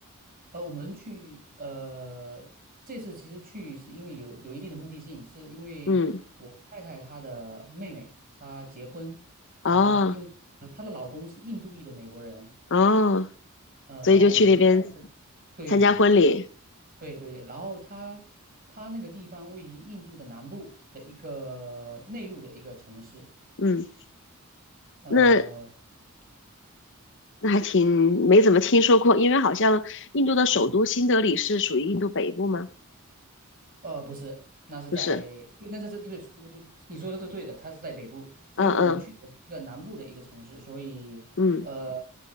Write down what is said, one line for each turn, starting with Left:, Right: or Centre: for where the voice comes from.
Right: 呃，我们去呃，这次其实去是因为有有一定的目的性，是因为我太太她的妹妹她结婚，
Left: 嗯，哦
Right: 然后她因为呃她的老公是印度裔的美国人，
Left: 哦，
Right: 呃，
Left: 所以就去那边
Right: 然后我们就对对对
Left: 参加婚礼。
Right: 对对，然后她她那个地方位于印度的南部的一个内陆的一个城市，
Left: 嗯，
Right: 呃。
Left: 那那还挺没怎么听说过，因为好像印度的首都新德里是属于印度北部吗？
Right: 嗯。呃，不是，那是在，
Left: 不是，
Right: 对那这是对，对对，你说的都对的，它是在北部，所以我们去的是一个南部的一个城市，
Left: 嗯嗯
Right: 所以，
Left: 嗯
Right: 呃，